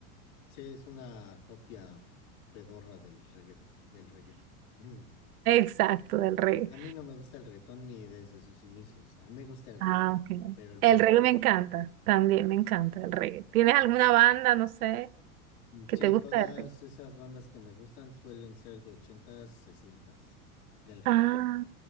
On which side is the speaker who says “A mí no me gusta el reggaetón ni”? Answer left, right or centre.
Left